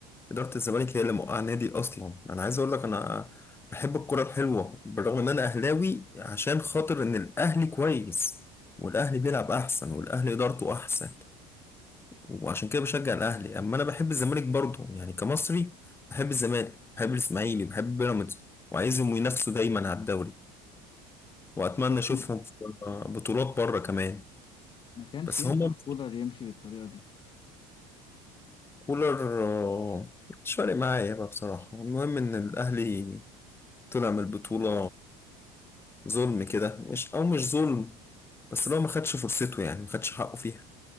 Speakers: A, on the left; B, on the left.
A: إدارة الزمالك هي اللي موقعة النادي أصلا أنا عايز أقول لك أنا بحب الكرة الحلوة بالرغم إن أنا أهلاوي عشان خاطر إن الأهلي كويس والأهلي بيلعب أحسن والأهلي إدارته أحسن وعشان كده بشجع الأهلي أما أنا بحب الزمالك برضه يعني كمصري بحب الزمالك بحب الإسماعيلي بحب بيراميدز وعايزهم ينافسوا دايما على الدوري وأتمنى
B: بس
A: أشوفهم
B: م-
A: في بطولات بره كمان
B: ما كانش
A: بس
B: ينفع
A: هما
B: كولر يمشي بالطريقة دي
A: كولر آه، مش فارق معايا بقى بصراحة المهم إن الأهلي طلع من البطولة ظلم كده مش أو مش ظلم بس لو ما خدش فرصته يعني ما خدش حقه فيها